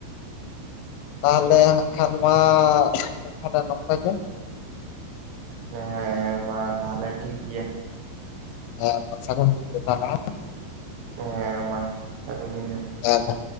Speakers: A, on the left (about 85°); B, on the right (about 70°).
A: ᱛᱟᱦᱚᱞᱮ ᱦᱟᱸᱜ ᱠᱷᱟᱱ ᱢᱟ ᱛᱟᱦᱚᱞᱮ ᱱᱚᱝᱠᱟ ᱜᱮ᱾
B: ᱦᱮᱸ ᱢᱟ ᱛᱟᱦᱚᱞᱮ ᱴᱷᱤᱠ ᱜᱮᱭᱟ᱾
A: ᱦᱮᱸ ᱥᱟᱹᱜᱩᱱ ᱧᱤᱫᱟᱹ ᱛᱟᱦᱚᱞᱮ ᱦᱮᱸ
B: ᱦᱮ ᱢᱟ ᱥᱟᱹᱜᱩᱱ ᱧᱤᱫᱟᱹ ᱾
A: ᱦᱮ ᱛᱚ,